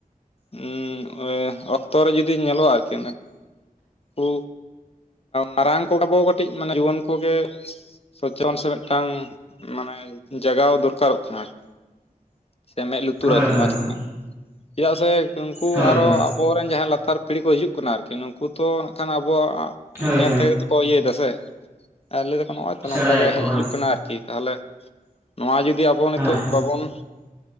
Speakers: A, on the left; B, on the right.
A: ᱦᱩᱸ ᱚᱠᱛᱚ ᱨᱮ ᱡᱩᱫᱤ ᱧᱮᱞᱚᱜᱼᱟ ᱟᱨᱠᱤ ᱠᱩ ᱢᱟᱨᱟᱝ ᱠᱚᱫᱚᱵᱚ ᱠᱟᱹᱴᱤᱡ ᱢᱟᱱᱮ ᱨᱩᱣᱟᱹᱱ ᱠᱚᱜᱮ ᱥᱚᱪᱨᱚᱱ ᱥᱮ ᱢᱤᱫᱴᱟᱝ ᱢᱟᱱᱮ ᱡᱟᱜᱟᱣ ᱫᱚᱨᱠᱟᱨᱚᱜ ᱠᱟᱱᱟ ᱟᱨᱠᱤ᱾ ᱥᱮ ᱢᱮᱫ ᱞᱩᱛᱩᱨᱟ
B: ᱦᱳᱭ ᱦᱳᱭ
A: ᱠᱤ ᱱᱚᱣᱟ ᱪᱮᱛᱟᱱ
B: ᱦᱳᱭ
A: ᱪᱮᱫᱟᱜ ᱥᱮ ᱩᱱᱠᱩ
B: ᱦᱳᱭ
A: ᱟᱨᱚ
B: ᱦᱳᱭ
A: ᱟᱵᱚᱨᱮᱱ ᱡᱟᱦᱟᱸᱭ ᱞᱟᱛᱟᱨ ᱯᱤᱲᱦᱤ ᱠᱚ ᱦᱤᱡᱩᱜ ᱠᱟᱱᱟ ᱟᱨᱠᱤ ᱱᱩᱠᱩ ᱛᱚ ᱠᱷᱟᱱ ᱟᱵᱚᱣᱟᱜ
B: ᱦᱳᱭ
A: ᱧᱮᱞ
B: ᱦᱳᱭ
A: ᱛᱮ ᱜᱮᱠᱚ ᱤᱭᱟᱹᱭ ᱫᱟ ᱥᱮ ᱞᱟᱹᱭ ᱫᱟᱠᱚ ᱱᱚᱜᱼᱚᱭ ᱛᱚ
B: ᱥᱮᱬᱟᱭᱟᱠᱚ
A: ᱱᱚᱝᱠᱟ ᱜᱮ ᱦᱮᱡ
B: ᱦᱳᱭ
A: ᱦᱩᱭᱩᱜ ᱠᱟᱱᱟ ᱟᱨᱠᱤ ᱛᱟᱦᱚᱞᱮ ᱱᱚᱣᱟ ᱡᱩᱫᱤ ᱟᱵᱚ ᱱᱤᱛᱚᱜ
B: ᱦᱮᱸ ᱦᱮᱸ
A: ᱵᱟᱵᱚᱱ